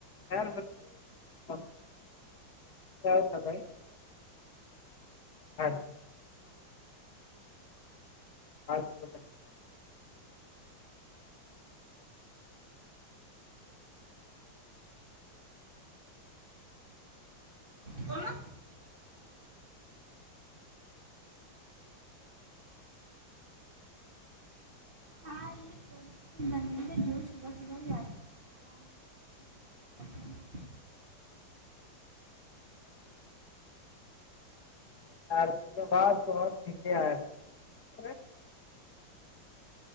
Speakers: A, on the left; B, on the right.
A: <unintelligible> بھگ لاگے گئی آج
B: بولو ہاں یہ <unintelligible> جو صبح صبح بی آتا ہے شام تک سب ٹھنڈا پڑ
A: چار دن کے بعد بہت <unintelligible>